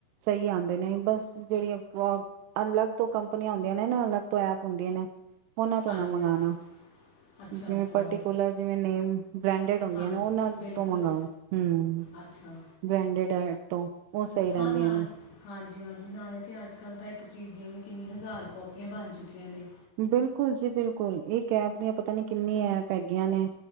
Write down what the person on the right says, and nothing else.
ਸਹੀ ਆਉਂਦੇ ਨੇ ਬਸ ਜਿਹੜੀਆਂ ਅਲੱਗ ਤੋਂ ਕੰਪਨੀਆਂ ਹੁੰਦੀਆਂ ਨੇ ਨਾ ਅਲੱਗ ਤੋਂ ਐਪ ਹੁੰਦੀਆਂ ਨੇ ਉਹਨਾਂ ਤੋਂ
ਨਾ ਮੰਗਉਣਾ
ਜਿਵੇ
ਪਰਟੀਕੁਲਰ ਜਿਵੇ ਮੈਨ ਬਰੈਂਡਡ ਹੁੰਦੀਆ
ਉਹਨਾ ਉਸਤੋਂ
ਮੰਗਾਓ ਹਮ
ਬ੍ਰੈਂਡਡ ਐਪ ਤੋਂ ਰਹਿੰਦੀਆਂ
ਨੇ
ਬਿਲਕੁਲ ਜੀ ਬਿਲਕੁਲ ਇੱਕ ਐਪ ਦੀਆ ਪਤਾ ਨੀ ਕਿੰਨੀਆ ਐਪ ਹੈਗੀਆਂ ਨੇ